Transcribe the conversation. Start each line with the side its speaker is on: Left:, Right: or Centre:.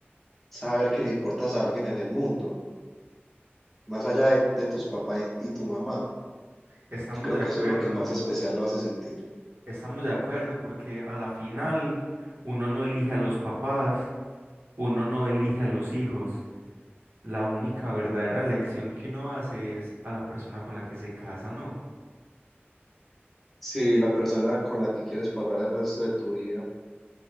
Centre: saber que le importas a alguien en el mundo, más allá de, de tus papás y, y tu mamá.
Right: estamos
Centre: Yo creo
Right: de
Centre: que
Right: acuerdo,
Centre: eso es lo que más especial lo hace sentir.
Right: estamos de acuerdo, porque a la final uno no elige a los papás, uno no elige a los hijos. La única verdadera elección que uno hace es a la persona con la que se casa, ¿no?
Centre: Sí, la persona con la que quieres pasar el resto de tu vida,